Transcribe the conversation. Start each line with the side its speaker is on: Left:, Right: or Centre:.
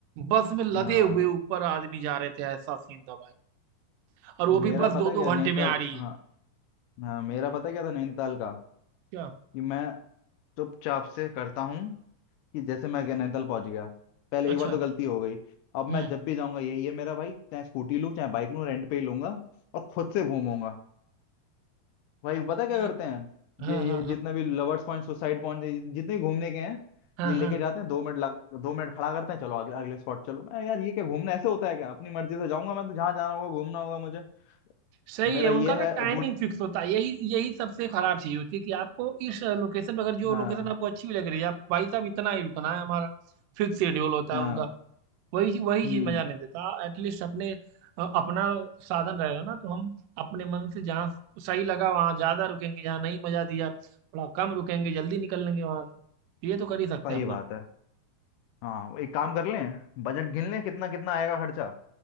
Right: बस में लदे
Left: हाँ
Right: हुए ऊपर आदमी जा रहे थे ऐसा सीन था भाई और वो भी
Left: मेरा
Right: बस
Left: पता
Right: दो दो
Left: क्या नैनीताल
Right: घंटे में आ रही
Left: हाँ
Right: है
Left: हाँ मेरा पता क्या था नैनीताल का
Right: क्या
Left: कि मैं चुपचाप से करता हूँ कि जैसे मैं नैनीताल पहुंच गया पहले
Right: अच्छा
Left: एक बार तो गलती हो गई अब मैं
Right: हम्म
Left: जब भी जाऊंगा यही है मेरा भाई चाहे स्कूटी लूँ चाहे बाइक लूँ रेंट पे ही लूंगा और खुद से घूमूंगा भाई पता है
Right: ये-
Left: क्या करते हैं
Right: हाँ
Left: ये,
Right: हाँ
Left: ये
Right: हाँ
Left: जितने भी लवर्स पॉइंट सुसाइड पॉइंट जितने भी घूमने के हैं
Right: हाँ
Left: ये लेके
Right: हाँ
Left: जाते हैं दो मिनट लग दो मिनट खड़ा करते हैं चलो अगले अगले स्पॉट चलो मैं यार ये क्या घूमना ऐसे होता है क्या अपनी मर्जी से जाऊंगा मैं तो जहाँ जाना होगा घूमना होगा मुझे
Right: सही
Left: मेरा
Right: है उनका
Left: ये
Right: ना
Left: है
Right: टाइमिंग
Left: बोट
Right: फिक्स होता है यही यही सबसे खराब चीज होती है कि आपको इस लोकेशन पर अगर जो
Left: हाँ
Right: लोकेशन आपको अच्छी भी लग रही है आपको भाई साहब इतना ही रुकना है हमारा फिक्स शेड्यूल होता
Left: हाँ
Right: है उनका वही वही
Left: हम्म
Right: चीज मजा नहीं देता एटलीस्ट अपने अ, अपना साधन रहेगा ना तो हम अपने मन से जहाँ सही लगा वहां ज्यादा रुकेंगे जहाँ नहीं मजा दिया थोड़ा कम रुकेंगे जल्दी निकल लेंगे वहां से ये तो कर ही सकते
Left: सही
Right: हैं हम
Left: बात
Right: दोनों
Left: है हाँ एक काम कर लें बजट गिन लें कितना कितना आएगा खर्चा